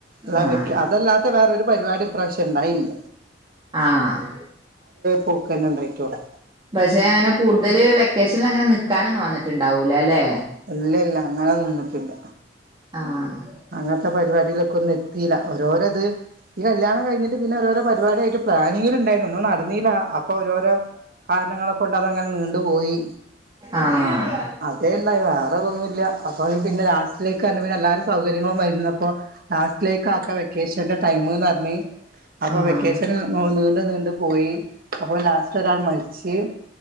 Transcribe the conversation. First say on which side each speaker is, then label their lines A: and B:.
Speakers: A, on the right; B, on the right.
A: അത
B: ആഹ്
A: വെ അതല്ലാത്ത വേറൊരു പരിപാടി ഇപ്രാവശ്യം ഇണ്ടായില്ല
B: ആഹ്
A: പോക്കന്നെ ഉണ്ടായിട്ടോള്ളൂ
B: പക്ഷെ അങ്ങനെ കൂടുതല് വെക്കേഷനിൽ അങ്ങനെ നിക്കാനൊന്നും വന്നിട്ടുണ്ടാവൂലല്ലെ
A: ഇല്ല ഇല്ല അങ്ങനെ നിന്നിട്ടില്ല
B: ആഹ്
A: അങ്ങനത്തെ പരിപാടിയിലൊക്കെ ഒന്നും എത്തില്ല ഓരോരത് ഈ കല്യാണം കഴിഞ്ഞട്ട് പിന്നെ രോ പരിപാടായിട്ട് പ്ര <unintelligible> നടന്നിലാ അപ്പോ ഓരോരോ കാരണങ്ങളെ കൊണ്ട് അത് അങ്ങനെ നീ ണ്ട് പോയി
B: ആഹ്
A: അതേ ഉണ്ടായി വേറെതൊന്നും ഇല്ല അപ്പൊ പിന്നെ ലാസ്റ്റിലേക്ക് പറഞ്ഞ് പിന്നെ എല്ലാരെ സൗകര്യങ്ങളമായിരുന്നുപ്പൊ ലാസ്റ്റിലേക്ക് ആക്ക വെക്കേഷന്റെ ടൈമ് എന്ന് പറഞ്ഞ് അപ്പൊ
B: ആഹ്
A: വെക്കേഷൻ നീണ്ട് നീണ്ട് പോയി അപ്പോ ലാസ്റ്റ് ഒരാൾ മരിച്ച്